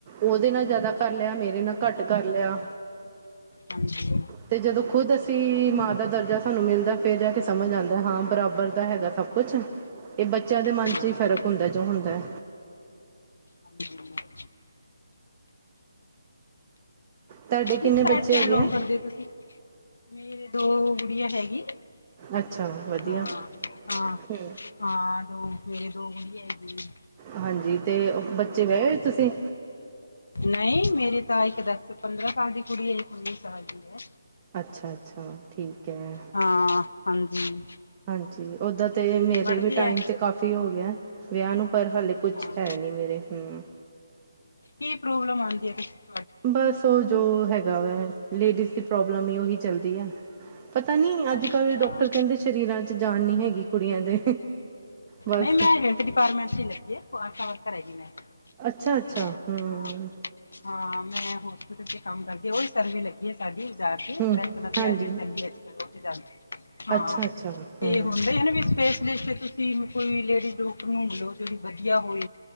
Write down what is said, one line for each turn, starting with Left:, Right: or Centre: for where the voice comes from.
Right: ਓਦੇ ਨਾਲ ਜਾਦਾ ਕਰ ਲੇਆ ਮੇਰੇ ਨਾਲ ਘੱਟ ਕਰ ਲੇਆ,
Left: ਹਾਂਜੀ
Right: ਤੇ ਜਦੋਂ ਖੁਦ ਅਸੀਂ ਵੀ ਮਾਂ ਦਾ ਦਰਜਾ ਸਾਨੂੰ ਮਿਲਦਾ ਫੇਰ ਜਾ ਕੇ ਸਮਜ ਆਂਦਾ ਹਾਂ ਬਰਾਬਰ ਦਾ ਹੈਗਾ ਸਬ। ਕੁਛ ਨੀ ਏ ਬੱਚੇਆਂ ਦੇ ਮਨ
Left: ਹਾਂ
Right: ਚ ਈ ਫ਼ਰਕ ਹੁੰਦਾ ਜੋ ਹੁੰਦਾ।
Left: ਹਾਂਜੀ
Right: ਤੁਹਾਡੇ ਕਿੰਨੇ
Left: ਕਿਸ ਸਾਈਡ
Right: ਬੱਚੇ
Left: ਤੋਂ
Right: ਹੈਗੇ
Left: ਬਿਲੋਂਗ
Right: ਆ
Left: ਕਰਦੇ ਓਂ ਤੁਸੀਂ, ਮੇਰੇ ਦੋ ਗੁੜੀਆਂ ਹੈਗੀ।
Right: ਅੱਛਾ। ਵਧੀਆ
Left: ਹਾਂ-ਹਾਂ-ਹਾਂ
Right: ਹੂੰ
Left: ਦੋ ਮੇਰੇ ਦੋ ਗੁੜੀਆ ਹੈਗੀ।
Right: ਹਾਂਜੀ ਤੇ ਬੱਚੇ ਵਿਆਏ ਹੋਏ ਤੁਸੀਂ।
Left: ਨਈਂ ਮੇਰੀ ਤਾਂ ਇੱਕ ਦਸ ਪੰਦਰਾਂ ਸਾਲ ਦੀ ਕੁੜੀ ਐ ਇਕ ਉੱਨੀ ਸਾਲ ਦੀ ਐ।
Right: ਅੱਛਾ-ਅੱਛਾ ਠੀਕ ਐ।
Left: ਹਾਂ ਹਾਂਜੀ।
Right: ਹਾਂਜੀ ਓਦਾਂ ਤੇ ਮੇਰੇ
Left: ਪੜ੍ਹਦੀ
Right: ਵੀ ਟਾਈਮ
Left: ਹੈ
Right: ਤੇ ਕਾਫੀ ਹੋ ਗੇਆ। ਵਿਆਅ ਨੂੰ ਪਰ ਹਾਲੇ ਕੁਛ
Left: ਹਾਂ
Right: ਹੈ ਨੀ ਮੇਰੇ ਹੂੰ।
Left: ਕੀ ਪ੍ਰੋਬਲਮ ਆਈ ਐ <unintelligible>
Right: ਬਸ ਓ ਜੋ ਹੈਗਾ ਵਾ ਲੇਡੀਜ਼ ਦੀ ਪ੍ਰੋਬਲਮ ਈ ਓਹੀ ਚੱਲਦੀ ਐ। ਪਤਾ ਨੀ ਅੱਜ-ਕੱਲ
Left: ਅੱਛਾ
Right: ਡੋਕਟਰ ਕੈਂਦੇ ਸਰੀਰਾਂ ਚ ਜਾਨ ਨੀ ਹੈਗੀ। ਕੁੜੀਆਂ ਦੇ ਬਸ
Left: ਨਈਂ ਮੈਂ ਹੈਲਥ ਡਿਪਾਟਮੈਂਟ ਚ ਈ ਲੱਗੀ ਐ। ਪੋਹਾ ਸਾਫ ਕਰ ਹੈਗੀ ਮੈਂ
Right: ਅੱਛਾ ਅੱਛਾ
Left: ਠੀਕ ਐ
Right: ਹੂੰ
Left: ਹਾਂ। ਹਾਂ ਮੈਂ ਹੋਸਪਿਟਲ ਚ ਕੰਮ ਕਰਦੀ ਓਈ ਸਰਵੇ ਲੱਗੀ ਐ। ਸਾਡੀ ਓਥੇ ਜਾ ਕੇ
Right: ਹੂੰ
Left: ਬਰੈਕਨਸ
Right: ਹਾਂਜੀ
Left: ਐ ਜੇੜੀ ਕੈਂਦੀ ਅੱਜ-ਕੱਲ ਓਥੇ ਜਾਂਦੀ। ਹਾਂ
Right: ਅੱਛਾ ਅੱਛਾ ਹੂੰ
Left: ਏ ਹੁੰਦੇ ਐ ਨੇ ਵੀ ਸਪੇਸ਼ਲਿਸਟ 'ਤੇ ਤੁਸੀਂ ਕੋਈ ਲੇਡੀਜ਼ ਡਾਕਟਰ ਨੂੰ ਲਓ ਜਿਹੜੀ ਵਧੀਆ ਹੋਵੇ।